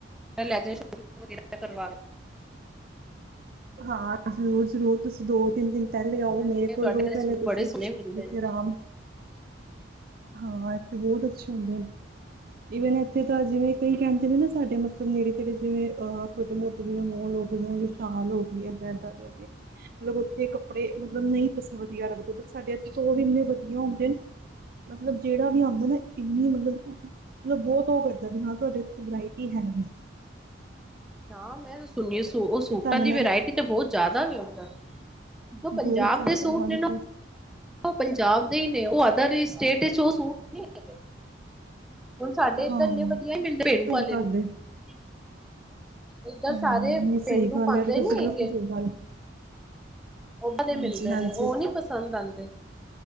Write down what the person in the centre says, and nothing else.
ਏ ਲੈਜੋ ਲੈ, ਸ਼ੋਗ ਵਗੈਰਾ ਕਰਵਾ।
ਮੈਂ
ਸੁਣਿਆ
ਤੁਹਾਡੇ
ਸੂਟ
ਬੜੇ ਸੋਹਣੇ ਮਿਲਦੇ
ਨੇ
ਹਾਂ ਮੈਂ ਸੁਣੀ ਸੂ ਉਹ ਸੂਟਾਂ
ਦੀ
ਵਰਾਇਟੀ ਤੇ ਬਹੁਤ ਜ਼ਿਆਦਾ ਵਦਾ। ਜੋ ਪੰਜਾਬ
ਦੇ ਸੂਟ
ਨੇ। ਉਹ ਪੰਜਾਬ ਦੇ ਹੀ ਨੇ, ਉਹ ਅਦਰ ਸਟੇਟ ਚ ਉਹ ਸੂਟ ਨਹੀਂ ਹੈਗੇ। ਹੁਣ ਸਾਡੇ ਇੱਧਰ
ਨੀ ਵਧੀਆ ਮਿਲਦੇ ਇਨੇ
ਵਧੀਆ
ਹੀ ਪੇ ਵਾਲੇ।
ਨੇ ਇੱਧਰ ਸਾਰੇ
ਪੇਂਡੂ
ਪਾਉਂਦੇ
ਨੀ
ਹੈਗੇ।
ਉਹਦੇ
ਮਿਲਦੇ
ਨੇ ਉਹ ਨੀ ਪਸੰਦ ਆਉਂਦੇ।